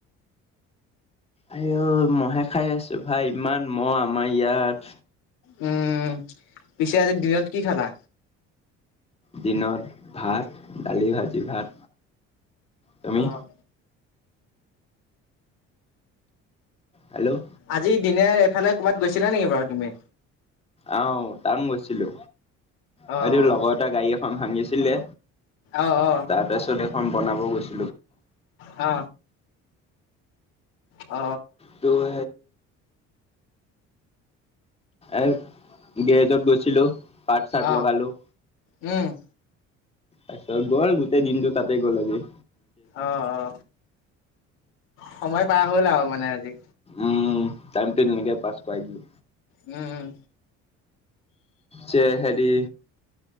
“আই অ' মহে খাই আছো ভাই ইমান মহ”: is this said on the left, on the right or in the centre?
Left